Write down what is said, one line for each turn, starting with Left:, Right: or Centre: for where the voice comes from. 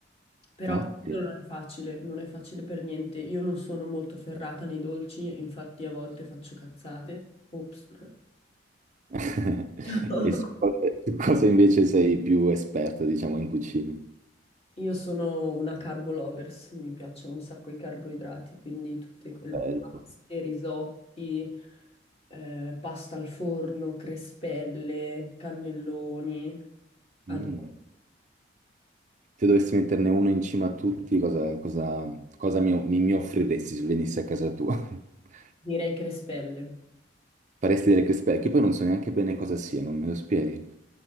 Left: Però
Right: Ottimo.
Left: appunto, non è facile, non è facile per niente. Io non sono molto ferrata nei dolci, infatti a volte faccio cazzate. Ops.
Right: <laughs>
Left: <laughs>
Right: E su cosa, su cosa invece sei più esperto, diciamo, in cucina?
Left: Io sono una carbo lovers, mi piacciono un sacco i carboidrati, quindi tutte quelle
Right: Bello.
Left: paste, risotti, eh, pasta al forno, crespelle, cannelloni. Adoro.
Right: Mm. Se dovessi metterne uno in cima a tutti, cosa, cosa- cosa mi, mi- mi offriresti se venissi a casa tua? <laughs>
Left: Direi crespelle.
Right: Faresti delle crispe, che poi non so neanche bene cosa sia, non me lo spieghi?